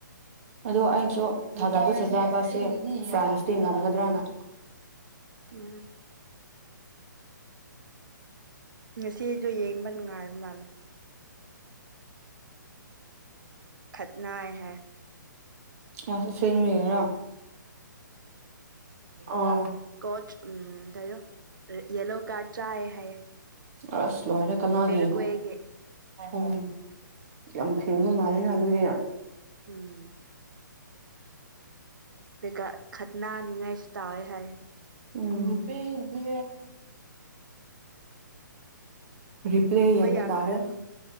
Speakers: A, on the right; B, on the right.
A: ꯑꯗꯣ ꯑꯩꯁꯨ ꯊꯥꯖꯥꯗꯤ ꯁꯥꯖꯕꯁꯦ ꯐ꯭ꯔꯥꯟꯁꯇꯤ ꯉꯝꯒꯗ꯭ꯔꯅ
B: ꯎꯝ ꯉꯁꯤꯗꯣ ꯌꯦꯡꯕ ꯅꯨꯡꯉꯥꯏꯕ ꯃꯥꯜꯂꯦ ꯈꯠꯅꯥꯏ ꯍꯥꯏꯌꯦ
A: ꯑꯁ ꯑꯁꯦꯡꯕꯒꯤꯔ ꯑꯣ
B: ꯀꯣꯠꯁ ꯎꯝ ꯀꯩꯅꯣ ꯌꯦꯂꯣ ꯀꯥꯔꯠ ꯆꯥꯌꯦ ꯍꯥꯏꯌꯦ
A: ꯑꯁ ꯂꯣꯏꯔꯦ ꯀꯅꯥꯒꯤ
B: ꯄꯦꯔꯨꯀ꯭ꯋꯦꯒꯤ
A: ꯎꯝ ꯌꯥꯝ ꯐꯤꯡꯕ ꯃꯥꯜꯂꯦꯅ ꯑꯗꯨꯗꯤ
B: ꯎꯝ ꯑꯗꯨꯒ ꯈꯠꯅꯅꯤꯡꯉꯥꯏꯁꯨ ꯇꯥꯎꯋꯦ ꯍꯥꯏꯌꯦ
A: ꯎꯝ ꯅꯨꯄꯤꯗꯤ ꯔꯤꯄ꯭ꯂꯦ ꯌꯦꯡꯕ
B: ꯌꯥꯝ
A: ꯇꯥꯔꯦ
B: ꯅꯨꯡꯉꯥꯏ